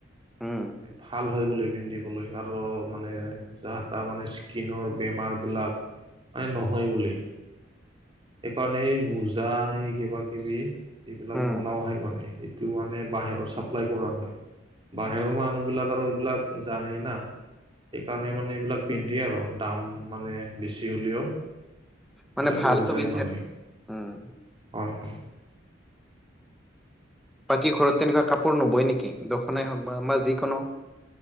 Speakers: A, in the centre; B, on the right.
A: উম
B: ভাল হয় বোলে। পিন্ধিবলৈ আৰু মানে যাহ তাৰ মানে স্কিনৰ বেমাৰবিলাক। মানে নহয় বুলে সেইকাৰণে এই মোজা এই কিবা কিবি। এইবিলাক
A: উম
B: বনাও হয় মানে এইটো মানে বাহিৰত চাপ্লাই কৰা হয়, বাহিৰৰ মান! মানুহ বিলাক আৰু এইবিলাক জানেই না। সেইকাৰণে মানে এইবিলাক পিন্ধি আৰু দাম মানে বেছি হ'লেও। এইবিলাক
A: মানে ভালতো
B: লৈ যায়
A: পিন্ধে
B: মানে
A: উম
B: হয়, হয়।
A: বাকী ঘৰত তেনেকুৱা কাপোৰ নবই নেকি দখনাই হওক বা আমাৰ যিকোনো।